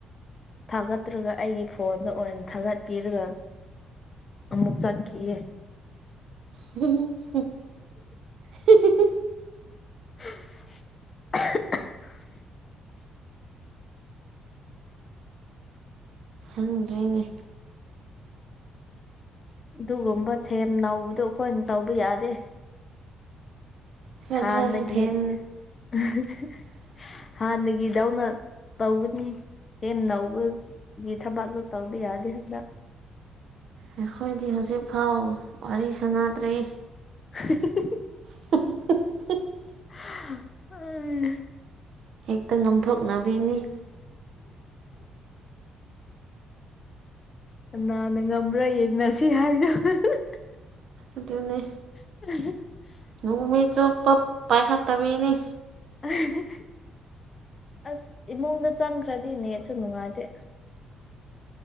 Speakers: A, on the left; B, on the right.
A: ꯊꯥꯒꯠꯇ꯭ꯔꯒ ꯑꯩꯒꯤ ꯐꯣꯟꯗ ꯑꯣꯏꯅ ꯊꯥꯒꯠꯄꯤꯔꯒ ꯑꯃꯨꯛ ꯆꯠꯈꯤꯌꯦ
B: <unintelligible> ꯍꯤꯍꯤ
A: <unintelligible>
B: ꯈꯪꯗ꯭ꯔꯦꯅꯦ
A: ꯑꯗꯨꯒꯨꯝꯕ ꯊꯦꯝ ꯅꯧꯕꯗꯣ ꯑꯩꯈꯣꯏꯅ ꯇꯧꯕ ꯌꯥꯗꯦ
B: ꯈꯔ
A: ꯍꯥꯟꯅꯒꯤ
B: ꯈꯔꯁꯨ ꯊꯦꯝ
A: <unintelligible>
B: <inaudible>
A: ꯍꯥꯟꯅꯒꯤ ꯗꯧꯅ ꯇꯧꯒꯅꯤ ꯊꯦꯝ ꯅꯧꯕꯒꯤ ꯊꯕꯥꯛꯇꯣ ꯇꯧꯕ ꯌꯥꯗꯦ ꯍꯟꯇꯛ
B: ꯑꯩꯈꯣꯏꯗꯤ ꯍꯧꯖꯤꯛꯐꯥꯎ ꯋꯥꯔꯤ ꯁꯥꯟꯅꯗ꯭ꯔꯤ
A: <unintelligible>
B: <unintelligible>
A: <unintelligible> ꯑꯩ
B: ꯍꯦꯛꯇ ꯉꯝꯊꯣꯛꯅꯕꯤꯅꯤ
A: ꯀꯅꯥꯅ ꯉꯝꯕ꯭ꯔꯥ ꯌꯦꯡꯅꯁꯤ ꯍꯥꯏꯗꯣ <unintelligible>
B: ꯑꯗꯨꯅꯦ
A: <unintelligible>
B: ꯅꯣꯡꯃꯤꯠ ꯆꯨꯞꯄ ꯄꯥꯏꯈꯠꯇꯕꯤꯅꯤ
A: <unintelligible> ꯑꯁ ꯏꯃꯨꯡꯗ ꯆꯪꯈ꯭ꯔꯗꯤ ꯅꯦꯠꯁꯨ ꯅꯨꯡꯉꯥꯏꯇꯦ